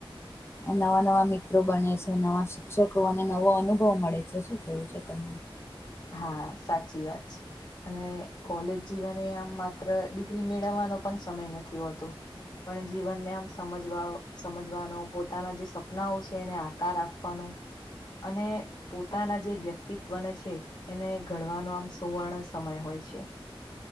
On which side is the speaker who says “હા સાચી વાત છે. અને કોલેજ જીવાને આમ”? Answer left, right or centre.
Left